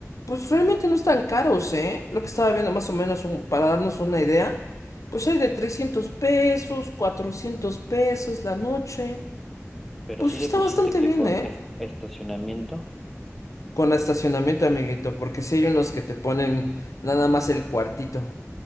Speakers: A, on the left; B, in the centre.
A: pues realmente no están caros, ¿eh? Lo que estaba viendo más o menos un- para darnos una idea, pues hay de 300 pesos, 400 pesos la noche.
B: Pero
A: Pues
B: si le
A: está
B: pusiste
A: bastante
B: que
A: bien,
B: con
A: ¿eh?
B: es- estacionamiento,
A: Con estacionamiento, amiguito, porque si hay unos que te ponen nada más el cuartito.